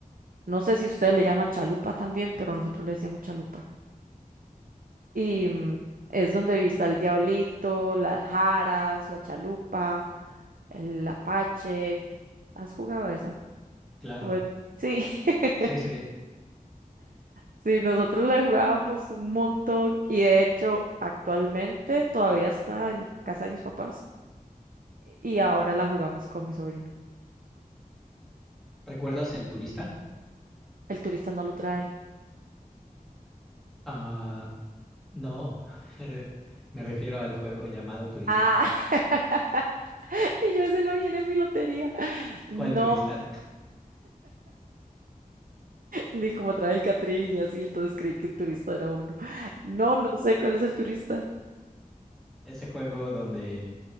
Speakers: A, on the right (about 75°); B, in the centre.
A: No sé si ustedes le llaman chalupa también, pero nosotros le decíamos chalupa. Y mm, es donde está el diablito, las jaras, la chalupa, el apache. ¿Has jugado esa?
B: Claro.
A: O es- Sí, <laughs>
B: Sí, sí.
A: sí, nosotros le jugábamos un montón y de hecho actualmente todavía está en la casa de mis papás y ahora la jugamos con mi sobrino.
B: ¿Recuerdas el turista?
A: El turista no lo trae.
B: Ah, no. <laughs> Me refiero al juego llamado Turista.
A: Ah, <laughs> y yo ese no viene en mi lotería. No.
B: ¿Cuál turista?
A: Ni como trae el Catrín y así, entonces creí que el turista era uno. No, no sé cuál es el turista.
B: Ese juego donde